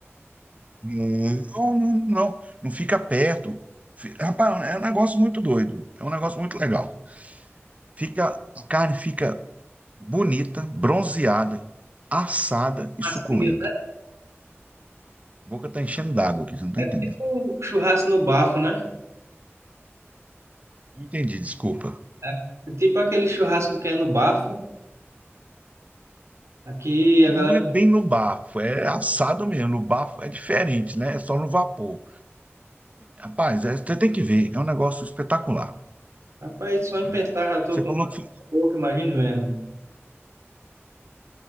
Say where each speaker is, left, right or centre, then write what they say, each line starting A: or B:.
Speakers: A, on the right (about 30°); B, on the right (about 85°).
A: Não, não, não. Não fica perto. Fi- Rapaz, é um negócio muito doido. É um negócio muito legal. Fica, a carne fica bonita, bronzeada, assada e
B: Macia,
A: suculenta.
B: né?
A: A boca tá enchendo d'água aqui, você não tá
B: É
A: entendendo.
B: tipo um churrasco no bafo, né?
A: Não entendi, desculpa.
B: É tipo aquele churrasco que é no bafo. Aqui a
A: Não
B: galera,
A: é bem no bafo, é assado mesmo. No bafo é diferente, né? É só no vapor. Rapaz, é- você tem que ver, é um negócio espetacular,
B: rapaz, só em
A: né?
B: pensar já tô
A: Você
B: com
A: falou que.
B: pouco, imagino vendo.